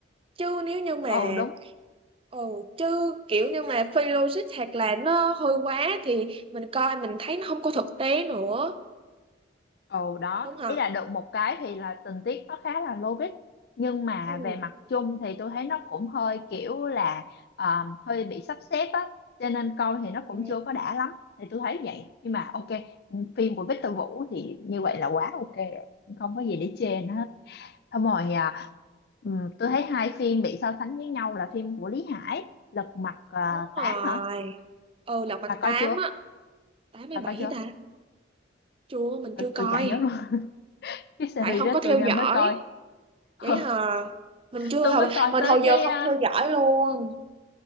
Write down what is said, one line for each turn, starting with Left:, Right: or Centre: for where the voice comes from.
Right: chứ nếu như mà
Left: ừ đúng
Right: ồ chứ kiểu như mà phi logic hoặc là nó hơi quá thì mình coi mình thấy nó không có thực tế nữa
Left: Ồ đó,
Right: đúng không
Left: ý là được một cái thì là tình tiết nó khá là logic nhưng mà
Right: ừ,
Left: về mặt chung thì tôi thấy nó cũng hơi kiểu là ờ, hơi bị sắp xếp á cho nên coi thì nó cũng
Right: ừ,
Left: chưa có đã lắm thì tôi thấy vậy nhưng mà ok phim của Victor Vũ thì như vậy là quá ok rồi không có gì để chê nữa hết xong rồi à, ừm, tôi thấy hai phim bị so sánh với nhau là phim của Lý Hải Lật Mặt uh,
Right: đúng
Left: 8
Right: rồi
Left: hả
Right: ừ Lật Mặt
Left: bà
Right: Tám
Left: coi chưa
Right: á tám mươi
Left: bà
Right: bảy
Left: coi chưa
Right: ta chưa mình
Left: tôi,
Right: chưa coi
Left: tôi chả nhớ luôn <laughs> cái series
Right: tại không
Left: đó
Right: có theo
Left: tôi
Right: dõi
Left: mới coi <laughs>
Right: vậy hả mình chưa
Left: tôi
Right: hồi
Left: mới coi
Right: mình
Left: tới
Right: hồi giờ
Left: cái
Right: không
Left: à,
Right: theo dõi luôn